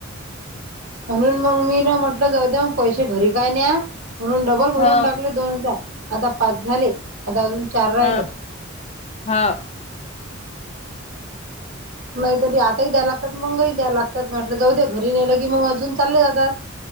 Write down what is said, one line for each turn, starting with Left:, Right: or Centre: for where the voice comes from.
Right: म्हणून मग मी ना म्हटलं जाऊ दया, पैसे घरी काय न्या म्हणून डबल भरून
Left: हो
Right: टाकले दोन हजार, आता पाच झाले आता अजून चार राहिले
Left: हा हा!
Right: नाही तरी आताही द्याला लागतात मंगही द्या लागतात म्हटलं जाऊ द्या घरी नेलं की मग अजून चालले जातात,